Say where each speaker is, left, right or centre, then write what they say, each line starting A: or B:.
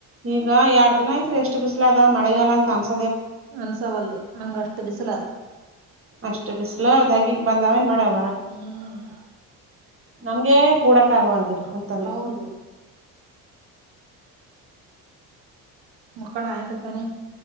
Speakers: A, on the right; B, on the right.
A: ಈಗ ಎರಡು ದಿನ ಷ್ಟ ಬಿಸಲ ಅದ ಮಳೆಗ ಅನ್ತ
B: ಅನ್ಸವಲ್ದು ಹಂಗಷ್ಟು ಬಿಸಿಲದು
A: ಅಷ್ಟ್ ಬಿಸಲು ಅವ್ ಹಾಗಿಗಗ್ ಬಂದಾವೇನ್ ಮಾಡ್ಯವ
B: ಹ್ಮ್
A: ನಮ್ಗೆ ಕೂಡಕ ಆಗವಲ್ದಿಲ್ ಕುಂತಲ್ಲ
B: ಹೌದು ಮಕ್ಕೊಂಡ ಏನ್ರತಾನೆ